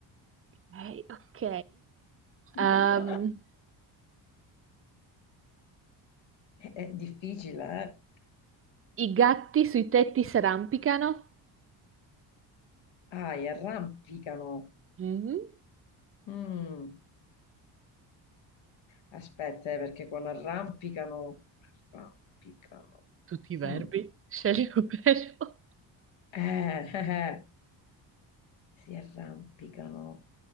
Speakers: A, on the right; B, on the left.
A: Ok, ok.
B: <laughs>
A: Ehm,
B: È difficile, eh?
A: i gatti sui tetti s'arrampicano.
B: Ah, e arrampicano.
A: Mhm.
B: Mm. Aspetta, eh, perché con arrampicano, arrampicano.
A: Tutti i verbi,
B: Mm.
A: scegli un verbo.
B: Eh, <laughs> eh, eh, si arrampicano.